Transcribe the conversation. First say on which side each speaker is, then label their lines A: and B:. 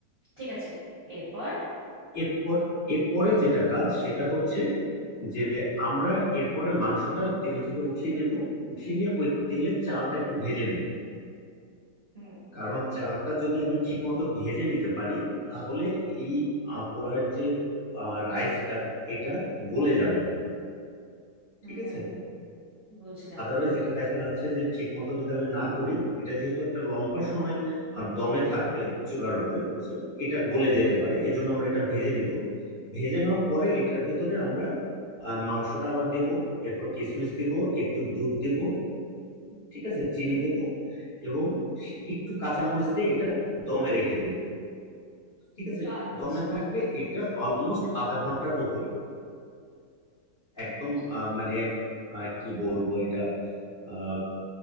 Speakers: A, on the right (about 35°); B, on the left (about 35°).
A: ঠিক আছে এরপর
B: এরপর এরপরে যেটা কাজ সেটা হচ্ছে যে আমরা এরপরে মাংসটা তেল থেকে উঠিয়ে নেব উঠিয়ে নিয়ে ওই তেলে চালটা একটু ভেজে নিই
A: হুম
B: কারণ চালটা যদি আমি ঠিক মতো ভেজে নিতে পারি তাহলে এই আহ, পোলাওয়ের যে রাইসটা এটা গলে যাবে না
A: হুম
B: ঠিক আছে
A: বুঝলাম
B: আদারওয়াইজ এটা দেখা যাচ্ছে যে ঠিক মতো যদি আমি না করি এটা যেহেতু একটা লম্বা সময় আহ, দমে থাকবে চুলার উপরে তো এটা গলে যেতে পারে এজন্য আমরা এটা ভেজে নিব ভেজে নেওয়ার পরে এটার ভিতরে আমরা আহ, মাংসটা আবার দেব এরপর কিশমিশ দিব একটু দুধ দেব ঠিক আছে চিনি
A: হুম,
B: দেব এবং একটু কাঁচামরিচ দিয়ে এটা দমে রেখে দেব ঠিক আছে
A: আচ্ছা
B: দমে থাকবে এটা অলমোস্ট আধা ঘন্টার উপরে একদম
A: বুঝতে
B: আহ,
A: পেরেছি
B: মানে আহ, কি বলবো এটা আহ,